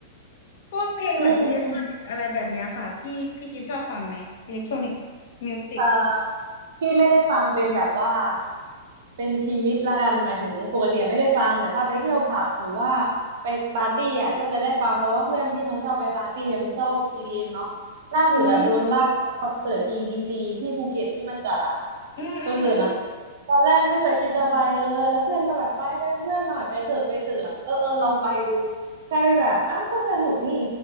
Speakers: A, on the left (about 60°); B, on the right (about 60°).
A: พวกเพลงแบบอิเล็กทรอนิกอะไรแบบเนี้ยค่ะพี่พี่กิฟชอบฟังไหมอิเล็กทรอนิก
B: อืมอืมอืม
A: มิวสิก
B: เออพี่ไม่ได้ฟังเป็นแบบว่าเป็นชีวิตละกันหมายถึงปกติไม่ได้ฟังแต่ถ้าไปเที่ยวผับหรือว่าไปปาร์ตี้อ่ะก็จะได้ฟังเพราะว่าเพื่อนที่มันชอบไปปาร์ตี้อะมันชอบ EDM เอ็มเนาะล่าสุดอ่ะโดนลากไปคอนเสิร์ตอีดีซ
A: อืม
B: c ที่ภูเก็ตที่มันจัดอ่ะ
A: อืมอืมอืม
B: คอนเสิร์ตนะ ตอนแรกไม่เคยคิดจะไปเลย แล้วเพื่อนก็แบบไปไปเป็นเพื่อนหน่อยไปเถอะไปเถอะเออเออลองไปดูกลายเป็นแบบอ้าวก็สนุกนี่